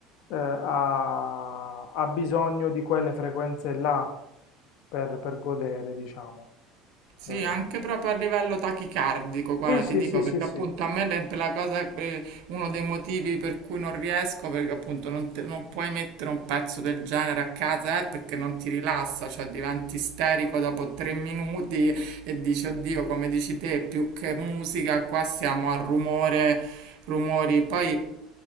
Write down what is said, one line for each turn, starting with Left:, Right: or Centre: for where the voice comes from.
Left: eh, ha, ha bisogno di quelle frequenze là per, per godere, diciamo.
Right: Sì,
Left: Eh,
Right: anche proprio a livello tachicardico, guarda,
Left: sì, sì,
Right: ti dico,
Left: sì, sì,
Right: perché
Left: sì,
Right: appunto a me le- la cosa, eh, uno dei motivi per cui non riesco, perché appunto non, te- non puoi mettere un pezzo del genere a casa, eh, perché non ti rilassa, cioè diventi isterico dopo tre minuti e dici, oddio, come dici te, più che musica, qua siamo a rumore, rumori. Poi